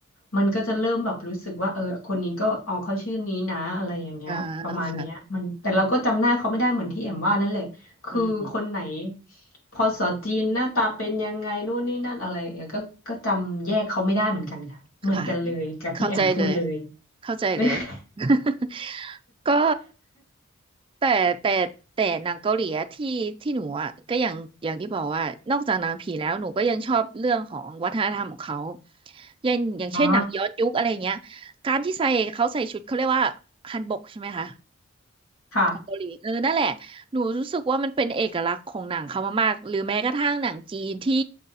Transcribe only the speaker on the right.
อ่าค่ะ
อืม
ค่ะเข้าใจเลยเข้าใจเลย
<laughs> ก็แต่แต่แต่หนังเกาหลีอะที่ที่หนูอ่ะก็อย่างอย่างที่บอกว่านอกจากหนังผีแล้วหนูก็ยังชอบเรื่องของวัฒนธรรมของเขาอย่างอย่างเช่นหนังย้อนยุคอะไรเงี้ย
การที่ใส่เขาใส่ชุดเขาเรียกว่าฮันบกใช่ไหมคะ
ของเกาหลีเออนั่นแหละหนูรู้สึกว่ามันเป็นเอกลักษณ์ของหนังเขามากๆหรือแม้กระทั่งหนังจีนที่